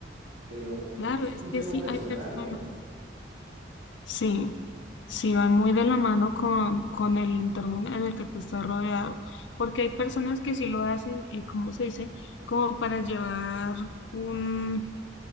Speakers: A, on the right; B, on the left.
A: Pero
B: claro,
A: eso
B: es
A: es un
B: que
A: tema
B: sí
A: personal,
B: hay personas,
A: ¿no?
B: sí, sí, va muy de la mano con, con el entorno en el que tú estás rodeado, porque hay personas que sí lo hacen, eh, ¿cómo se dice? Como para llevar un,